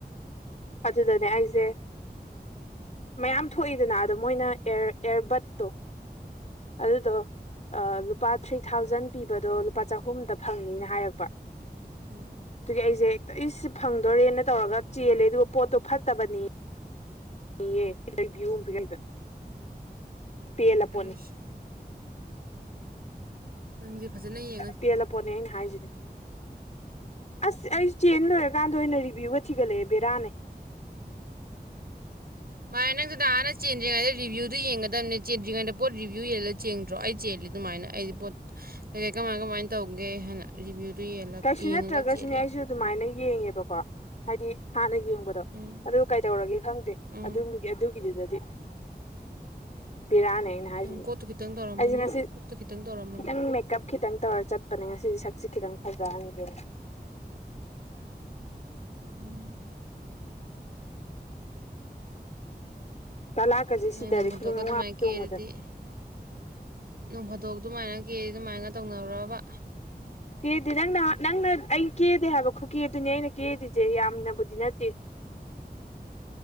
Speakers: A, on the left; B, on the right.
A: ꯑꯗꯨꯗꯅꯦ ꯑꯩꯁꯦ ꯃꯌꯥꯝ ꯊꯣꯛꯏꯗꯅ ꯑꯗꯣ ꯃꯣꯏꯅꯔ ꯑꯦꯌꯥꯔꯕꯠꯇꯣ ꯑꯗꯨꯗꯣ ꯂꯨꯄꯥ ꯊ꯭ꯔꯤ ꯊꯥꯎꯖꯟ ꯄꯤꯕꯗꯣ ꯂꯨꯄꯥ ꯆꯍꯨꯝꯗ ꯐꯪꯅꯤꯅ ꯍꯥꯏꯔꯛꯄ
B: ꯎꯝ
A: ꯑꯗꯨꯒꯤ ꯑꯩꯁꯦ ꯏꯁ ꯐꯪꯗꯣꯔꯦꯅ ꯇꯧꯔꯒ ꯆꯦꯜꯂꯦ ꯑꯗꯨꯒ ꯄꯣꯠꯇꯣ ꯐꯠꯇꯕꯅꯤ ꯏꯑꯚꯌꯨꯡꯕꯤꯔꯕ ꯄꯦꯜꯂ ꯄꯣꯠꯅꯤ
B: ꯑꯩꯁ ꯅꯪꯁꯦ ꯐꯖꯅꯌꯦ
A: ꯄꯦꯜꯂꯄꯣꯠꯅꯦ ꯑꯩꯅ ꯍꯥꯏꯁꯤꯅꯦ ꯑꯁ ꯑꯩꯁꯨ ꯆꯦꯟ ꯂꯣꯏꯔꯀꯥꯟꯗ ꯑꯣꯏꯅ ꯔꯤꯕꯚꯤꯌꯨꯒ ꯊꯤꯒꯠꯂꯛꯑꯦ ꯕꯦꯔꯥꯅꯦ
B: ꯃꯥꯅꯦ ꯅꯪꯁꯨ ꯅꯥꯍꯟꯋ ꯆꯦꯟꯗꯉ ꯔꯤꯕ꯭ꯨꯗꯨ ꯌꯦꯡꯉꯗ ꯆꯦꯟꯗꯉ ꯄꯣꯠ ꯔꯤꯕ꯭ꯌꯨ ꯌꯦꯜꯂꯒ ꯆꯦꯡꯗ꯭ꯔꯣ ꯑꯩ ꯆꯦꯜꯂꯤ ꯑꯗꯨꯃꯥꯏꯅ ꯑꯩꯗꯤ ꯄꯣꯠ ꯀꯩ ꯀꯩ ꯀꯃꯥꯏ ꯀꯃꯥꯏꯅ ꯇꯧꯒꯦ ꯍꯥꯏꯅ ꯔꯤꯕ꯭ꯌꯨꯗꯣ ꯌꯦꯂ
A: ꯀꯩꯁꯨ
B: ꯌꯦꯡꯉꯒ
A: ꯅꯠꯇ꯭ꯔꯒꯁꯨꯅꯦ
B: ꯆꯦꯜꯂꯦꯕ
A: ꯑꯩꯁꯨ ꯑꯗꯨꯃꯥꯏꯅ ꯌꯦꯡꯉꯦꯕꯀꯣ ꯍꯥꯏꯗꯤ ꯍꯅ ꯌꯦꯡꯕꯗꯣ
B: ꯎꯝ
A: ꯑ ꯀꯩ ꯇꯧꯔꯒꯦ ꯈꯪꯗꯦ
B: ꯎꯝ
A: ꯑꯗꯨꯒꯤꯗꯨꯗꯗꯤ ꯕꯤꯔꯅꯦ ꯅ ꯍꯥꯏ
B: ꯅꯪ
A: ꯍꯥꯏꯖꯤ
B: ꯀꯣꯛꯇꯣ ꯈꯤꯇꯪ ꯇꯧꯔꯝꯃꯅꯤ
A: ꯑꯩꯁꯦ ꯉꯁꯤ
B: ꯀꯣꯛꯇꯣꯈꯤꯇꯪ ꯇꯧꯔꯝꯃꯅꯤ
A: ꯈꯤꯇꯪ ꯃꯦꯀꯞ ꯈꯤꯇꯪ ꯇꯧꯔ ꯆꯠꯄꯅꯦ ꯉꯁꯤ ꯁꯛꯁꯦ ꯈꯤꯇꯪ ꯐꯖꯍꯟꯒꯦ
B: ꯎꯝ
A: ꯂꯥꯛꯀꯁꯦ
B: ꯅꯪ
A: ꯁꯤꯗꯔꯗꯤ
B: ꯅꯣꯡ ꯐꯥꯗꯣꯛꯀ
A: ꯈꯨ
B: ꯑꯗꯨꯃꯥꯏꯅ
A: ꯉ ꯆꯣꯡꯕꯗ
B: ꯀꯦꯔꯗꯤ ꯅꯣꯡ ꯐꯥꯗꯣꯛ ꯑꯗꯨꯃꯥꯏꯅ ꯀꯦ ꯑꯗꯨꯃꯥꯏꯅ ꯇꯧꯅꯔꯨꯔꯕ
A: ꯀꯦꯗꯦ ꯅꯪꯅ ꯅꯪꯅ ꯑꯩ ꯀꯦꯗꯦ ꯍꯥꯏꯕ ꯈꯨꯀꯤꯦ ꯑꯗꯨꯅꯦ ꯑꯩꯅ ꯀꯦꯗ꯭ꯔꯤꯁꯦ ꯌꯥꯝꯅꯕꯨꯗꯤ ꯅꯠꯇꯦ